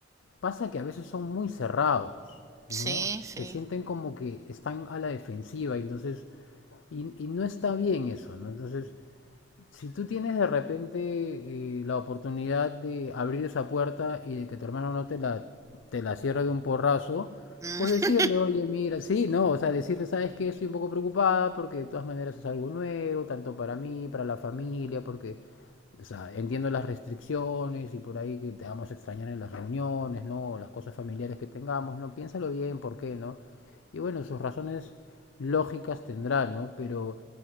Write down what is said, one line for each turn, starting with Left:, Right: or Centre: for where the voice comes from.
Left: Pasa que a veces son muy cerrados,
Right: sí,
Left: ¿no?
Right: sí.
Left: Se sienten como que están a la defensiva, y entonces, y, y no está bien eso, ¿no? Entonces, si tú tienes de repente eh, la oportunidad de abrir esa puerta y de que tu hermano no te la, te la cierre de un porrazo,
Right: Mm,
Left: pues decirle, oye, mira, sí, no, o sea, decirle, sabes que estoy un poco preocupada porque de todas maneras es algo nuevo, tanto para mí, para la familia, porque o sea, entiendo las restricciones y por ahí que te vamos a extrañar en las reuniones, ¿no? Las cosas familiares que tengamos, ¿no? Piénsalo bien, ¿por qué, no? Y bueno, sus razones lógicas tendrá, ¿no? Pero